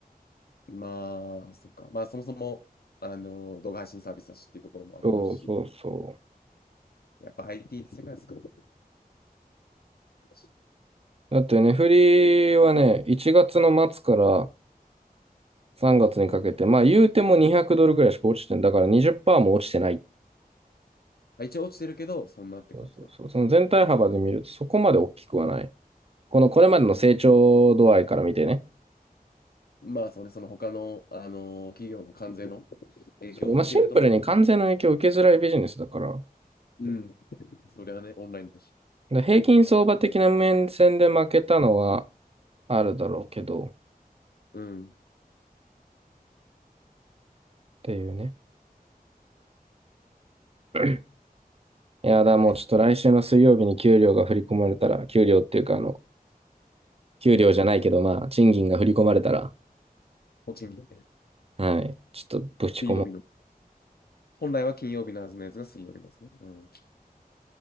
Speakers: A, on the left; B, on the right.
A: まあ、そっか。まあ、そもそも、あの、動画配信サービスだしっていうところもあるかし、
B: そうそうそ
A: やっぱ IT って世界少なくだし。
B: う。だって値振りはね、1月の末から3月にかけて、まあ言うても200ドルぐらいしか落ちてんだから20%も落ちてないっ
A: まあ一応落ちてるけど、そんなって感じか。
B: そうそうそう。その全体幅で見るとそこまで大きくはない。このこれまでの成長度合いから見てね。
A: まあ、そうね、その他の、あの、企業の関税の影響も見てると、
B: そう、まあ、シンプルに関税の影響を受けづらいビジネスだから、
A: まあ、うん、それはね、オンラインだし。
B: で平均相場的な面線で負けたのはあるだろうけど、っ
A: うん。
B: ていうね。<clears throat> いやだ、もうちょっと来週の水曜日に給料が振り込まれたら、
A: はい。
B: 給料っていうかあの、給料じゃないけど、まあ、賃金が振り込まれたら、
A: 栃木ね。
B: はい、ちょっとぶち込もう。
A: 水曜日の。本来は金曜日のはずのやつが水曜日のやつね。うん。